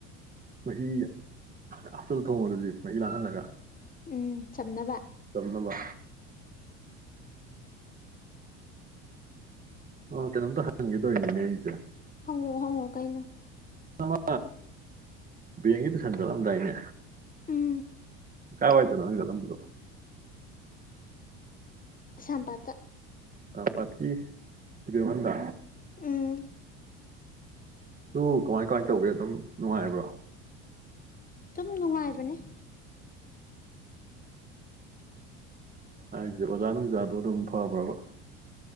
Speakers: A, on the right; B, on the left.
A: ꯃꯍꯤ ꯑꯞꯇꯜ ꯊꯣꯡꯉ ꯑꯗꯨꯗꯤ ꯃꯍꯤ ꯂꯥꯡꯍꯜꯂꯒ
B: ꯎꯝ ꯆꯝꯅꯕ
A: ꯁꯅꯃ ꯑ ꯀꯩꯅꯣꯝꯇ ꯍꯟꯒꯗꯣꯏꯅꯤꯅꯦ ꯑꯩꯁꯦ
B: ꯍꯪꯉꯨ ꯍꯪꯉꯨ ꯀꯩꯅꯣ
A: ꯑꯃ ꯕꯦꯡꯒꯤꯗꯨ ꯁꯟꯒꯠꯂꯝꯗꯥꯏꯅꯦ
B: ꯎꯝ
A: ꯀꯥꯏꯋꯥꯏꯗꯅꯣ ꯅꯪ ꯆꯠꯂꯝꯕꯗꯣ
B: ꯀꯩꯁꯝꯄꯥꯠꯇ
A: ꯀꯩꯁꯝꯄꯜꯀꯤ ꯏꯕꯦꯝꯍꯟꯗ
B: ꯎꯝ
A: ꯑꯗꯨ ꯀꯃꯥꯏ ꯀꯃꯥꯏ ꯇꯧꯒꯦ ꯑꯗꯨꯝ ꯅꯨꯡꯉꯥꯏꯕ꯭ꯔꯣ
B: ꯑꯗꯨꯝ ꯅꯨꯡꯉꯥꯏꯕꯅꯦ
A: ꯍꯥꯏꯁꯦ ꯑꯣꯖꯥ ꯅꯨꯡꯖꯥꯗꯨꯣ ꯑꯗꯨꯝ ꯐꯕ꯭ꯔꯕ